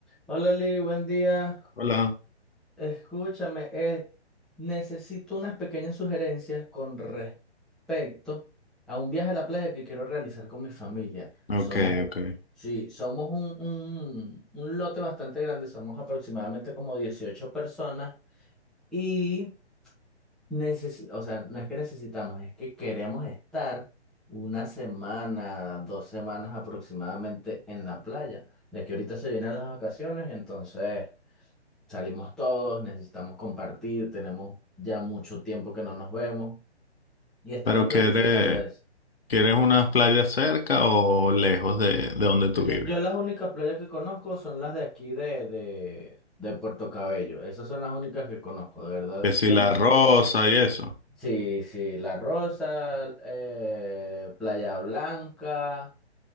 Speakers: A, in the centre; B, on the left.
A: Hola Lee, buen día.
B: Hola.
A: Escúchame, eh, necesito unas pequeñas sugerencias con respecto a un viaje a la playa que quiero realizar con mi familia.
B: Ok,
A: Somos un,
B: ok.
A: sí, somos un, un, un lote bastante grande, somos aproximadamente como 18 personas y necesi- o sea, no es que necesitamos, es que queremos estar una semana, dos semanas aproximadamente en la playa, ya que ahorita se vienen las vacaciones, entonces... Salimos todos, necesitamos compartir, tenemos ya mucho tiempo que no nos vemos y estamos
B: ¿Pero
A: planificando
B: quieres,
A: eso.
B: quieres unas playas cerca o lejos de, de donde tú
A: Yo,
B: vives?
A: yo las únicas playas que conozco son las de aquí de, de, de Puerto Cabello. Esas son las únicas que conozco, de verdad
B: Que si
A: que
B: La
A: m-
B: Rosa y eso.
A: sí, sí, La Rosa, eh, Playa Blanca,